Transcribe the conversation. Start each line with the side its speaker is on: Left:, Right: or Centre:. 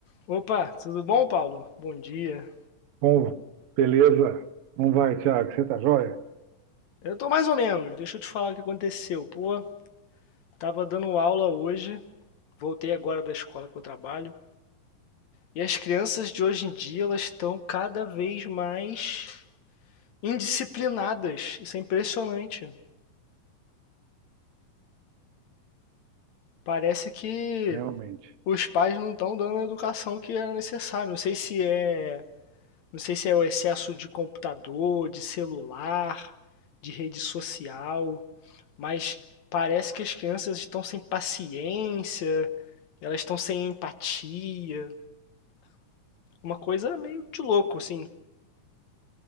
Left: Opa, tudo bom, Paulo? Bom dia.
Right: Como? Beleza? Como vai, Tiago? Você tá jóia?
Left: Eu tô mais ou menos, deixa eu te falar o que aconteceu. Pô, tava dando aula hoje, voltei agora da escola que eu trabalho, e as crianças de hoje em dia, elas estão cada vez mais indisciplinadas. Isso é impressionante. Parece que
Right: Realmente.
Left: os pais não estão dando a educação que era necessária. Não sei se é, não sei se é o excesso de computador, de celular, de rede social. mas parece que as crianças estão sem paciência, elas estão sem empatia, uma coisa meio de louco, assim.